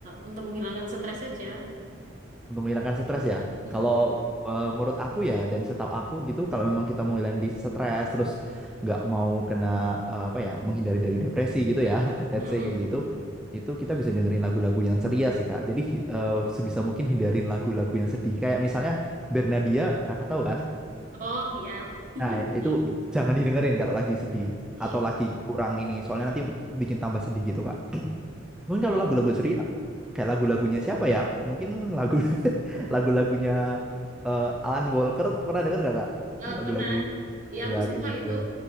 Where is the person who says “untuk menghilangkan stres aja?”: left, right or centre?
Right